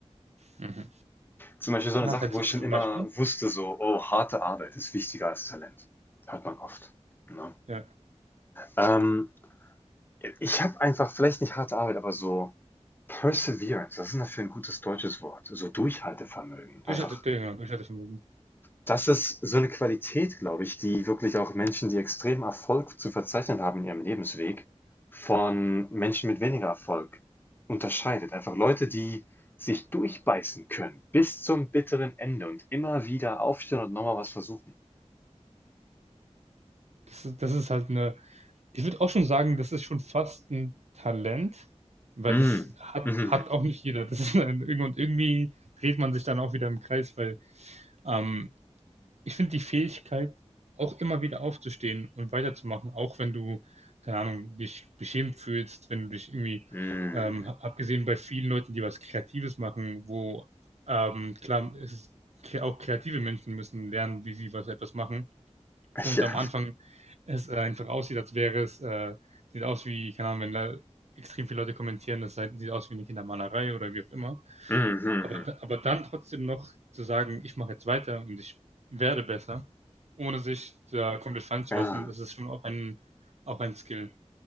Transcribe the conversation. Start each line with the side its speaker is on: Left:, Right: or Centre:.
Right: Mhm.
Left: Zum Beispiel so eine
Right: Was
Left: Sache,
Right: hättest
Left: wo
Right: du
Left: ich schon
Right: da zum
Left: immer
Right: Beispiel?
Left: wusste, so, oh, harte Arbeit ist wichtiger als Talent. Hört man oft. Ne?
Right: Ja.
Left: Ähm, ich habe einfach vielleicht nicht harte Arbeit, aber so Perseverance, Das ist dafür ein gutes deutsches Wort? So Durchhaltevermögen.
Right: Durchhaltevermögen,
Left: Einfach.
Right: genau, Durchhaltevermögen.
Left: Das ist so eine Qualität, glaube ich, die wirklich auch Menschen, die extrem Erfolg zu verzeichnen haben in ihrem Lebensweg, von Menschen mit weniger Erfolg unterscheidet. Einfach Leute, die sich durchbeißen können bis zum bitteren Ende und immer wieder aufstehen und nochmal was versuchen.
Right: Das ist, das ist halt eine. Ich würde auch schon sagen, das ist schon fast ein Talent, weil
Left: Mhm.
Right: das hat,
Left: Mhm.
Right: hat auch nicht jeder. Das ist <laughs> ein, und irgendwie dreht man sich dann auch wieder im Kreis, weil ähm, ich finde die Fähigkeit, auch immer wieder aufzustehen und weiterzumachen, auch wenn du, keine Ahnung, dich beschämt fühlst, wenn du dich irgendwie,
Left: Mhm.
Right: ähm, abgesehen bei vielen Leuten, die was Kreatives machen, wo ähm, klar, es ist, kre- auch kreative Menschen müssen lernen, wie sie was etwas machen. Und
Left: Ja.
Right: am Anfang es äh, einfach aussieht, als wäre es, äh, sieht aus wie, keine Ahnung, wenn da extrem viele Leute kommentieren, das sei- sieht aus wie eine Kindermalerei oder wie auch immer.
Left: Mhm.
Right: Aber, aber dann trotzdem noch zu sagen, ich mache jetzt weiter und ich werde besser, ohne sich da komplett fallen zu
Left: Ja.
Right: lassen, das ist schon auch ein, auch ein Skill.